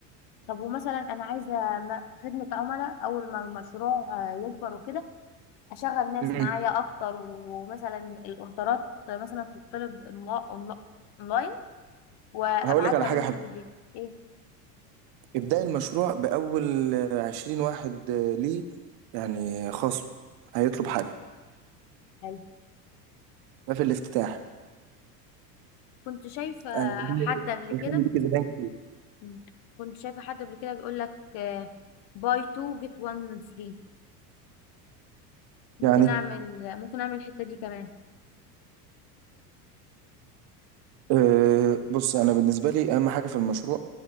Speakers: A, on the left; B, on the right.
A: طب ومثلا انا عايزه م- خدمه عملاء اول ما المشروع آه، يكبر وكده اشغل ناس
B: امم
A: معايا اكتر ومثلا الاوردرات مثلا تطلب أونلا- أونلا- اونلاين وابعتها
B: هقول لك على حاجه
A: لهم
B: حلوه
A: لحد البيت ايه
B: ابداي المشروع باول عشرين واحد ليه يعني خصم هيطلب حاجه
A: حلو
B: ده في الافتتاح
A: كنت شايفة
B: آه، ده
A: حد قبل
B: هيخلي
A: كده
B: ليكي زباين كتير
A: مم. كنت شايفة حد قبل كده بيقول لك باي 2 جيت 1 فري ممكن
B: يعني
A: اعمل ممكن اعمل الحتة دي كمان
B: آه، بص انا بالنسبه لي اهم حاجه في المشروع